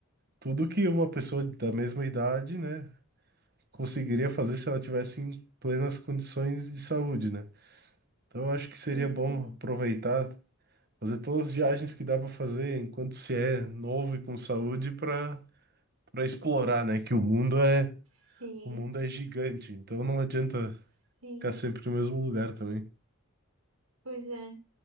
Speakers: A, on the right (about 45°); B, on the right (about 85°).
A: tudo que uma pessoa da mesma idade, né, conseguiria fazer se ela tivesse em plenas condições de saúde, né? Então, eu acho que seria
B: Pois
A: bom
B: é.
A: aproveitar. Fazer todas as viagens que dá pra fazer enquanto se é novo e com saúde pra para explorar, né? Que o mundo é
B: Sim,
A: o mundo é gigante, então não adianta
B: sim.
A: ficar sempre no mesmo lugar também.
B: Pois é.